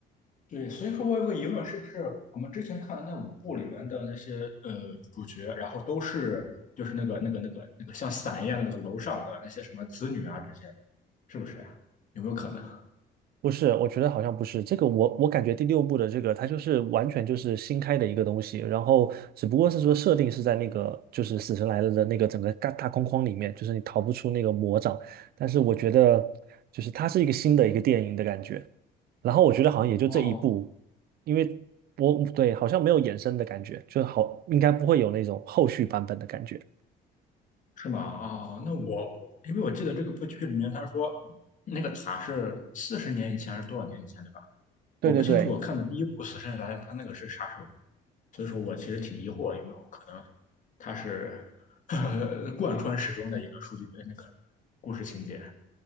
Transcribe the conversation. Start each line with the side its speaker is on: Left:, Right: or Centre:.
Left: 对，所以说我有个疑问，是不是我们之前看的那五部里面的那些呃主角，然后都是就是那个那个那个那个像伞一样的那个楼上的那些什么子女啊这些，是不是呀有没有可能？
Right: 不是，我觉得好像不是这个我。我感觉第六部的这个，它就是完全就是新开的一个东西，然后只不过是说设定是在那个就是死神来了的那个整个大大框框里面，就是你逃不出那个魔掌。但是我觉得就是它是一个新的一个电影的感觉。然后我觉得好像也就这一部，
Left: 哦，
Right: 因为我对好像没有衍生的感觉，就好应该不会有那种后续版本的感觉。
Left: 是吗？哦，那我我因为我记得这个部剧里面他说那个塔是四十年以前还是多少年以前对吧？
Right: 对对对，
Left: 我不清楚，我看的第一部《死神来了》他那个是啥时候，所以说我其实挺疑惑有没有可能它是呵呵 <laughs> 贯穿始终的一个数据呃那个故事情节。